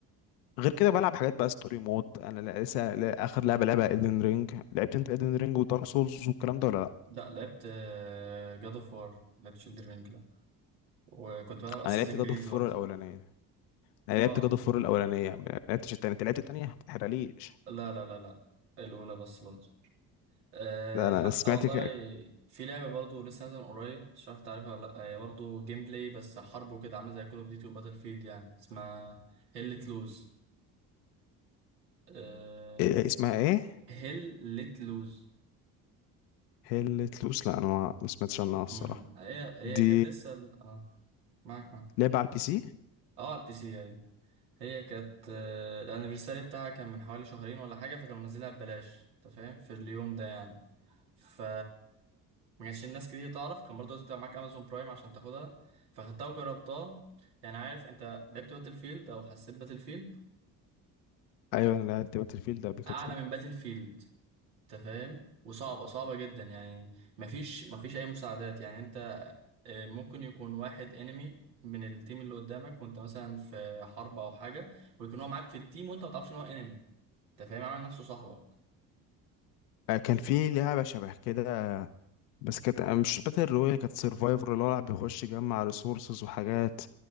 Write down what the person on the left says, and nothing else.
غير كده بلعب حاجات بقى ستوري مود انا لا- لسه لا- اخر لعبه لعبه ايدن رينج لعبت انت ايدن رينج ودارك سولز والكلام ده ولا لا
انا لعبت جاد
اوف
فور الاولانيه انا
لعبت جاد اوف فور الاولانيه ما لعبتش التانيه انت لعبت التانيه ما تحرقليش
لا انا
سمعت
ك...
إيه إيه، اسمها ايه
هيل تلوس لا انا ما ما سمعتش عنها الصراحه
دي
لعبه على البي سي
ايوه انا لعبت باتل فيلد قبل كده
آه، كان في لعبه شبه كده بس كانت آه، مش باتل رويال كانت سرفايفر اللي هو الواحد بيخش يجمع ريسورسز وحاجات